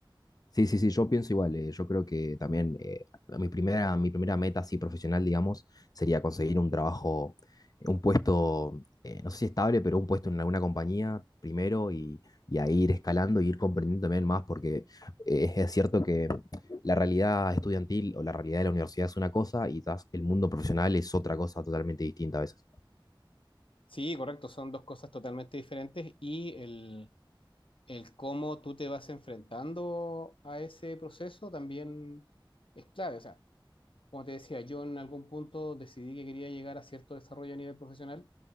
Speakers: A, on the left; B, on the left.
A: Sí, sí, sí, yo pienso igual. eh, yo creo que también eh, mi primera, mi primera meta así profesional, digamos, sería conseguir un trabajo, eh, un puesto, eh, no sé si estable, pero un puesto en alguna compañía primero y, y ahí ir escalando y ir comprendiendo también más, porque eh, es cierto que la realidad estudiantil o la realidad de la universidad es una cosa y quizás el mundo profesional es otra cosa totalmente distinta a veces.
B: Sí, correcto, son dos cosas totalmente diferentes y el, el cómo tú te vas enfrentando a ese proceso también es clave. O sea, Como te decía, yo en algún punto decidí que quería llegar a cierto desarrollo a nivel profesional